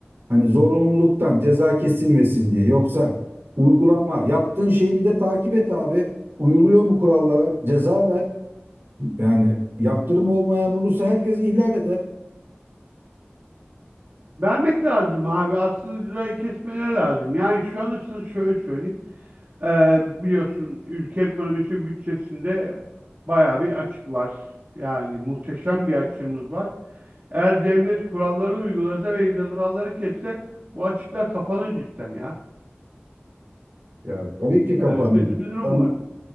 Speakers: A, on the right; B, on the right.
A: Hani zorunluluktan ceza kesilmesin diye. Yoksa uygulama yaptığın şeyi bir de takip et abi. Uyuluyor mu kurallara? Ceza ver. Yani yaptırım olmayan olursa herkes ihlal eder.
B: Vermek lazım abi. Aslında cezayı kesmeleri lazım. Yani şu an şöyle söyleyeyim. Ee, biliyorsun ülke ekonomisi bütçesinde bayağı bir açık var. Yani muhteşem bir açığımız var. Eğer devlet kuralları uygulasa ve cezaları kesse bu açıklar kapanır cidden ya.
A: Ya tabii ki kapanır.
B: Yani öyle bir durum
A: Hem
B: var.